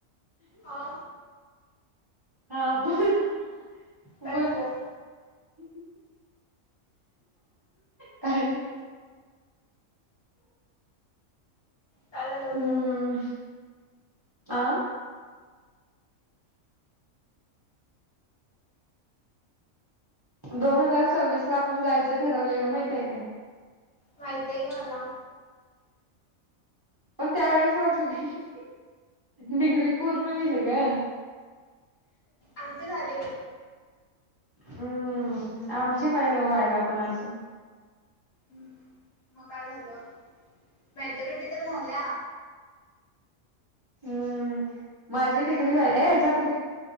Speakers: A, on the left; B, on the right.
A: हो.
B: हा बोल. बोल
A: काय झालं?
B: <inaudible> काही नाही.
A: काय झालं
B: हम्म
A: ग?
B: आ! दोन हजार सव्वीस ला आपण जायचं ठरवलेलं माहित आहे काय?
A: माहितय की मला.
B: पण त्यावेेळेस वाटल नाही डिग्री पूर्ण होईल गं.
A: आमचे झाली बाई.
B: हम्म आमची नाही ना व्हायला पण अजून.
A: हम्म. मग काय झालं मेजोरिटी तर झाल्या.
B: हम्म माझी डिग्री व्हायला जा तिकडे